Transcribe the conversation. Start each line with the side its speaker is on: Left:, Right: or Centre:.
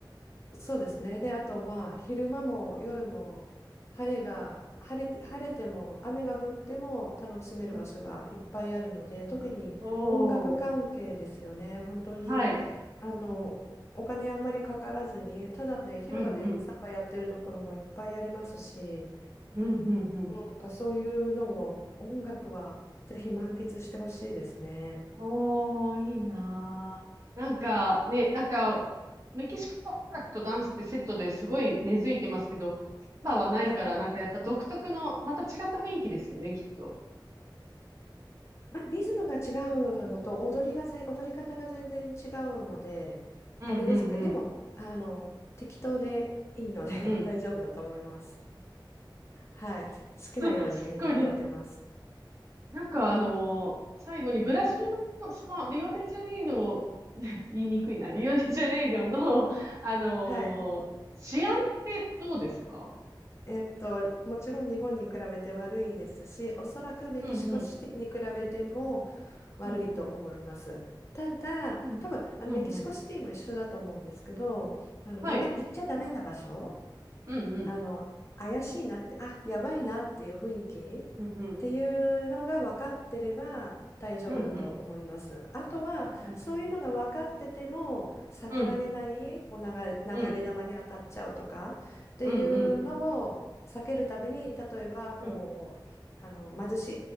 Left: そうですね。で、あとまあ昼間も夜も晴れが晴れて、晴れても雨が降っても楽しめる場所がいっぱいあるので、
Right: うん、
Left: 特に音楽関係ですよね。
Right: おー、
Left: 本当にあのお金あんまりかからずに、
Right: はい、
Left: ただで広場でサンバやってるところもいっぱいありますし、
Right: うん、うん、うん、うん、うん。
Left: うん、なんかそういうのを音楽はぜひ満喫してほしいですね。
Right: おー、いいなー。なんか、ね、なんか、メキシコの音楽とダンスってセットですごい根付いてますけど、サンバはないから、
Left: はい。
Right: なんかやっぱ独特の、また違った雰囲気ですよね、きっと。
Left: まあ、リズムが違うのと踊りがぜ、踊り方が全然違うので、
Right: うん、
Left: あれですけど、
Right: うん、うん、
Left: でも、あの、適当でいいので
Right: うん。
Left: <laughs> 大丈夫だと思います。はい。好きなようにみんな踊ってます。
Right: <laughs> そう、すごいねなんかあの最後にブラジルの、その、リオデジャネイロ、<laughs> 言いにくいな、リオデジャネイロの、<laughs> あの治安ってどうですか
Left: はい。えっと、もちろん日本に比べて悪いですし、おそらくメキシコシティに比べても
Right: うんうん、
Left: 悪いと思います。
Right: うんうん、
Left: ただ、
Right: うんうん、
Left: 多分、あのメキシコシティも一緒だと思うんですけど、
Right: うん
Left: あの、
Right: はい、
Left: ダメ、行っちゃダメな場所
Right: うんうん、
Left: あの、怪しいなって、あ、やばいなっていう雰囲気っていうのが分かってれば大丈夫だと思います。
Right: うんうん、うんうん、
Left: あとは、
Right: なるほど。
Left: そういうのが分かってても、避けられない、
Right: うん、
Left: こう流れ、流れ弾に当たっちゃうとかっていうのを避けるために、
Right: うん、うん、うん、
Left: 例えば、こう、
Right: うん、
Left: あの、貧し